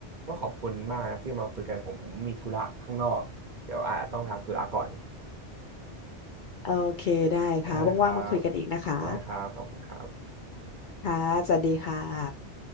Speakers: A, on the right (about 45°); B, on the left (about 55°).
A: ก็ขอบคุณมากนะที่มาคุยกันผมมีธุระข้างนอกเดี๋ยวอาจจะต้องทำธุระก่อน
B: โอเคได้ค่ะว่างๆมาคุยกันอีกนะคะ
A: ได้ครับได้ครับขอบคุณครับ
B: ค่ะสวัสดีค่ะ